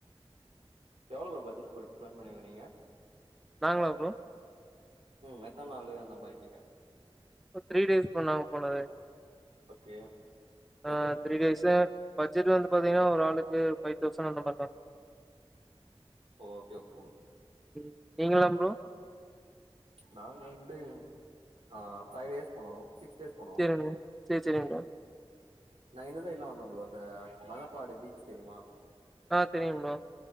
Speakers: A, on the right; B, in the centre.
A: எவ்ளோ ப்ரோ பஜ்ஜட் போட்டு பிளான் பண்ணுவீங்க நீங்க
B: நாங்களா ப்ரோ
A: ம் எத்தன்னாளு அந்த மாரி கேக்குறே
B: ப த்ரீ டேஸ் ப்ரோ நாங்க போனது
A: ஓகே பட்ஜெட்
B: ஆ த்ரீ டேஸு பஜ்ஜட் வந்து பாத்தீங்கனா ஒரு ஆளுக்கு ஃபைவ் தௌசண்ட் அந்த மாரி தா
A: ஓகே ஓகே ப்ரோ
B: ம் நீங்களா ப்ரோ
A: நாங்க வந்து ஆ ஃபைவ் டேஸ் போனோ சிக்ஸ் டேஸ் போனோ
B: சேரிங்க சேர் சேரிங் ப்ரோ
A: நாங்க இந்த சைடல்லா வந்தோ ப்ரோ இந்த மலப்பாடு பீச் தெரிமா
B: ஆ தெரியு ப்ரோ